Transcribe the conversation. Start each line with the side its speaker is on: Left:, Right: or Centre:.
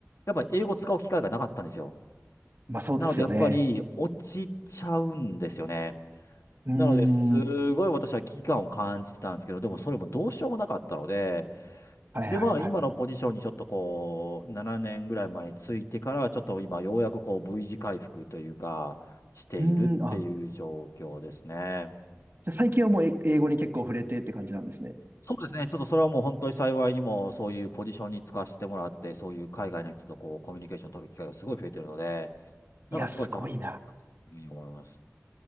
Left: やっぱ英語使う機会がなかったんですよ。
Right: まあそうですよね。
Left: なのでやっぱり落ちちゃうんですよね。
Right: うー
Left: なので、すごい私は危機感を感じてたんですけど、
Right: ん、は
Left: でもそれもどうしようもなかったので、
Right: いはいはいはい。
Left: で、まあ、今のポジションにちょっとこう、7年ぐらい前についてから、ちょっと今、ようやくこう、V 字回復というか、しているっていう状況ですね。
Right: うーん、あ、じゃあ最近はもうえ英語に結構触れてって感じなんですね。
Left: そうですね。ちょっとそれはもう本当に幸いにも、そういうポジションに就かせてもらって、そういう海外の人とこう、コミュニケーション取る機会がすごい増えてるので、
Right: いや、
Left: なんかすごい楽しいなというふうに思います。
Right: すごいな。